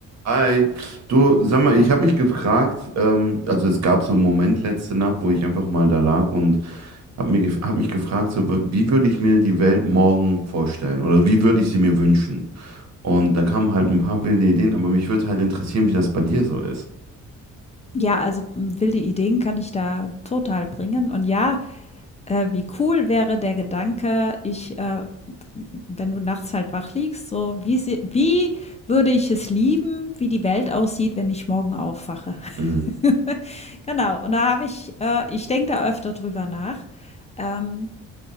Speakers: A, on the right; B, on the left.
A: Hi, du, sag mal, ich
B: Ja,
A: habe mich gefragt, ähm, also es gab so einen Moment letzte Nacht, wo ich einfach mal da lag und habe mir gef- hab mich gefragt, so, w- wie würde ich mir die Welt morgen vorstellen oder wie würde ich sie mir wünschen? Und da kamen halt ein paar wilde Ideen, aber mich würde halt interessieren, wie das bei dir so ist.
B: ja, also m, wilde Ideen kann ich da total bringen. Und ja, äh, wie cool wäre der Gedanke, ich, äh, wenn du nachts halt wach liegst, so wie, sie, wie würde ich es lieben, wie die Welt aussieht, wenn ich morgen aufwache? <laughs>
A: Mhm.
B: Genau, und da habe ich, äh, ich denke da öfter drüber nach. Ähm,